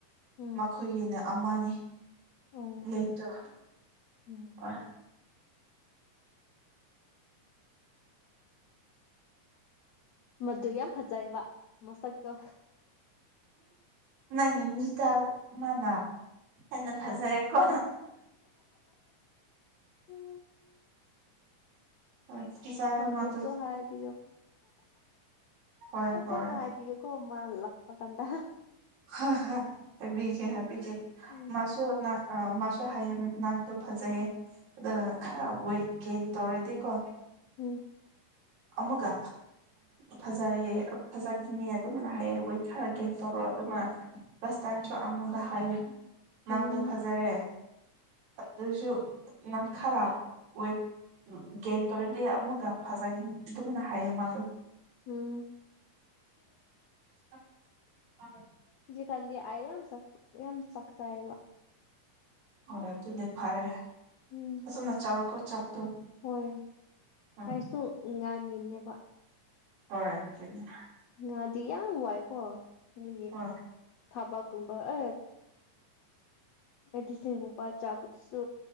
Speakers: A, on the left; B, on the right.
A: ꯎꯝ
B: ꯃꯈꯣꯏꯒꯤꯅ ꯑꯃꯅꯤ
A: ꯎꯝ
B: ꯂꯩꯇ꯭ꯔꯣ
A: ꯎꯝ
B: ꯑ
A: ꯃꯗꯨ ꯌꯥꯝ ꯐꯖꯩꯕ ꯃꯣꯁꯛꯇꯣ
B: ꯅꯪ ꯏꯃꯤꯠꯇ ꯃꯥꯅ ꯍꯦꯟꯅ ꯐꯖꯩꯔꯦꯀꯣ
A: ꯎꯝ
B: ꯍꯣꯏ ꯐꯖꯔꯦ
A: ꯃꯕꯨꯁꯨꯣ
B: ꯃꯥꯗꯣ
A: ꯍꯥꯏꯥꯏ ꯄꯌ
B: ꯍꯣꯏ
A: ꯍ
B: ꯍꯣꯏ
A: ꯆꯅ ꯍꯥꯏ ꯄꯌ ꯀꯣ ꯃꯥ ꯂꯛꯄ ꯀꯥꯟꯗ
B: ꯍ ꯍ ꯍꯥꯏꯕꯤꯒꯦ
A: ꯎꯝ
B: ꯍꯥꯏꯕꯤꯒꯦ
A: ꯎꯝ
B: ꯃꯥꯁꯨ
A: ꯎꯝ
B: ꯑ ꯃꯥꯁꯨ ꯍꯥꯏꯌꯦ ꯅꯪꯗꯣ ꯐꯖꯩꯌꯦ ꯑꯗ ꯈꯔ ꯋꯦꯠ ꯦꯟ ꯇꯧꯔꯗꯤꯀꯣ
A: ꯎꯝ
B: ꯑꯃꯨꯛꯒ ꯐꯖꯩꯌꯦ ꯐꯖꯈꯤꯅꯤ ꯑꯗꯨꯃꯅ ꯍꯥꯏꯌꯦ ꯋꯦꯠ ꯈꯔ ꯒꯦꯟ ꯇꯧꯔꯣ ꯑꯗꯨꯃꯅ ꯔꯁꯇꯥꯏꯁꯨ ꯑꯉꯗ ꯍꯥꯏ ꯅꯪꯗꯣ
A: ꯎꯝ
B: ꯐꯖꯔꯦ ꯑꯗꯨꯁꯨ ꯅꯪ ꯈꯔꯥꯎ ꯋꯦꯠ ꯒꯦꯟ ꯇꯧꯔꯗꯤ ꯑꯃꯨꯒ ꯐꯖꯒꯦ ꯑꯗꯨꯃꯥꯏꯅ ꯍꯥꯏꯌꯦ ꯃꯥꯗꯣ
A: ꯎꯝ
B: <unintelligible>
A: ꯍꯧꯖꯤꯛꯀꯥꯟꯗꯤ ꯑꯩ ꯌꯥꯝ ꯌꯥꯝ ꯆꯥꯛꯆꯥꯏꯕ
B: ꯍꯣꯏ ꯑꯗꯨꯗꯤ ꯐꯔꯦ
A: ꯎꯝ
B: ꯐꯖꯅ ꯆꯥꯛꯔꯣꯀꯣ ꯆꯥꯛꯇꯣ
A: ꯍꯣꯏ
B: ꯎꯝ
A: ꯀꯥꯏꯁꯨ ꯉꯅꯤꯅꯦꯕ
B: ꯍꯣꯏ ꯑꯗꯨꯅꯤ
A: ꯉꯥꯗꯤ ꯌꯥꯝ ꯋꯥꯏꯀꯣ ꯑꯗꯨꯒꯤ
B: ꯍꯣꯏ
A: ꯊꯕꯛꯀꯨꯝꯕ ꯎꯝ ꯍꯥꯏ ꯂꯤꯁꯤꯡꯒꯨꯝꯄꯥ ꯆꯥꯕꯗꯨꯁꯨ